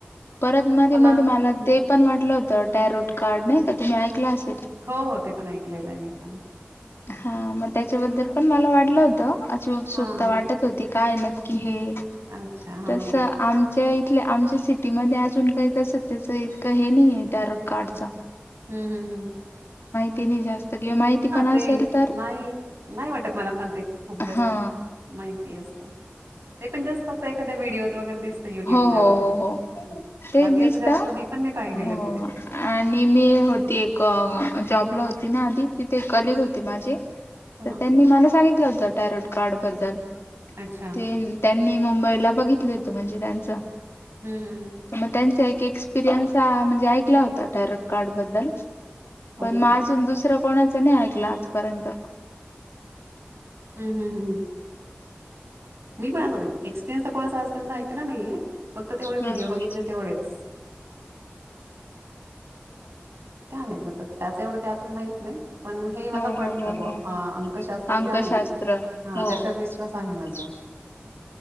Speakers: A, on the left; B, on the right.
A: परत मध्ये
B: पण
A: मध्ये
B: आ,
A: मला
B: हं.
A: ते पण वाटलं होतं टॅरोट कार्ड नाही का तुम्ही ऐकला अस.
B: हो हो ते पण ऐकलेलं आहे मी पण.
A: हा मग त्याच्याबद्दल पण मला वाटलं होतं अशी उत्सुकता
B: हा हा
A: वाटत होती. काय नक्की हे
B: अच्छा हा
A: तस
B: हम्म
A: आमच्या... आमच्या सिटीमध्ये अजून काही, तस त्याच इतकं हे नाहीये टॅरोट कार्डच
B: हम्म हम्म हम्म‌...
A: <unintelligible> जास्त किंवा माहिती. पण
B: ते
A: असेल तर
B: नाही नाही वाटत मला पण ते खूप जास्त
A: हा
B: माहिती असं ते पण जास्त फक्त एखाद्या व्हिडिओत वगैरे दिसत, युट्यूबला
A: हो हो
B: वगैरे
A: हो हो तेच
B: बाकी
A: दिसत
B: असं जास्त मी, पण नाही पाहिलेलं
A: हो
B: कुठे ते
A: आणि मी होती एक जॉबला होती ना आधी तिथे कलग होते माझे
B: हा
A: तर त्यांनी मला सांगितलं होतं टायरॉड कार्ड बद्दल.
B: अच्छा
A: ते त्यांनी मुंबईला बघितले होत म्हणजे त्यांच तर
B: हम्म हम्म
A: मग त्यांच एक. एक्सपीरियंस हा म्हणजे ऐकलं होतं टैरो कार्ड बद्दल पण
B: ओके
A: मग अजून दुसरं.. कोणाचं नाही ऐकलं आजपर्यंत.
B: हम हम हम. मी पण एक्सपिरियन्स तर कोणाचा आजपर्यंत ऐकला नाहीये. फक्त तेवढे व्हिडिओ
A: हा हा
B: बघितले तेवढेच. काय माहित, मग आता त्याच एवढं काय आपल्याला माहीत नाही. पण हे मला
A: हो
B: पटतं
A: हो हो
B: बा
A: हो.
B: अंकशास्त्र
A: अंकशास्त्र.
B: जे आहे ना
A: हो.
B: त्याच्यावर विश्वास आहे माझा.
A: <inaudible>